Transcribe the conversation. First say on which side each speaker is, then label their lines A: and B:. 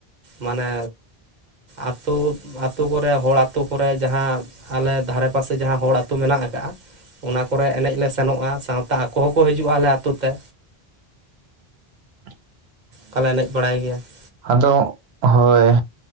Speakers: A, on the right; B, on the right.
A: ᱢᱟᱱᱮ ᱟᱹᱛᱩ ᱟᱹᱛᱩ ᱠᱚᱨᱮ ᱦᱚᱲ ᱟᱹᱛᱩ ᱠᱚᱨᱮ ᱡᱟᱦᱟᱸ ᱟᱞᱮ ᱫᱷᱟᱨᱮ ᱯᱟᱥᱮ ᱡᱟᱦᱟᱸ ᱦᱚᱲ ᱟᱹᱛᱩ ᱢᱮᱱᱟᱜ ᱟᱠᱟᱜᱼᱟ ᱚᱱᱟ ᱠᱚᱨᱮ ᱮᱱᱮᱡ ᱞᱮ ᱥᱮᱱᱚᱜᱼᱟ ᱥᱟᱶᱛᱟ ᱟᱠᱚ ᱦᱚᱸᱠᱚ ᱦᱟᱹᱡᱩᱜᱼᱟ ᱟᱞᱮ ᱟᱹᱛᱩ ᱛᱮ᱾
B: <inaudible>
A: ᱠᱟᱞᱮ ᱮᱱᱮᱡ ᱵᱟᱲᱟᱭ ᱜᱮᱭᱟ ᱾
B: ᱟᱫᱚᱜ ᱦᱳᱭ